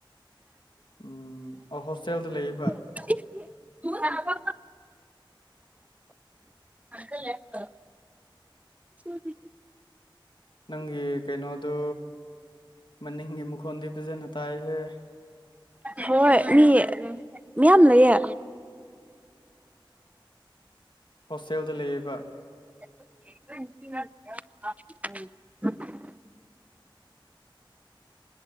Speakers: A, on the left; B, on the right.
A: ꯎꯝ ꯑ ꯍꯣꯁꯇꯦꯜꯗ ꯂꯩꯌꯦꯕ
B: <inaudible> ꯀ ꯎ
A: ꯅꯪꯒꯤ ꯀꯩꯅꯣꯗꯨ ꯃꯅꯤꯡꯒꯤ ꯃꯈꯣꯟꯗꯤ ꯄꯤꯖꯅ ꯇꯥꯏꯍꯦ
B: ꯍꯣꯏ ꯃꯤ ꯃꯌꯥꯝ ꯂꯩꯌꯦ
A: ꯍꯣꯁꯇꯦꯜꯗ ꯂꯩꯌꯦꯕ
B: <inaudible>